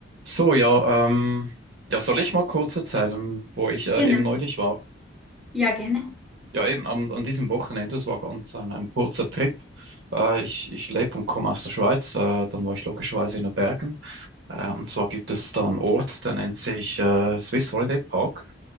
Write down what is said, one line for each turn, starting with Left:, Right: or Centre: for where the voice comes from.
Right: So, ja, ähm, ja, soll ich mal kurz erzählen, wo ich äh,
Centre: Genau,
Right: eben neulich war?
Centre: ja, gerne.
Right: Ja, eben am, an diesem Wochenende, das war ganz ein, ein kurzer Trip. Äh, ich ich lebe und komme aus der Schweiz, äh, dann war ich logischerweise in den Bergen. Äh, und zwar gibt es da einen Ort, der nennt sich äh, Swiss Holiday Park.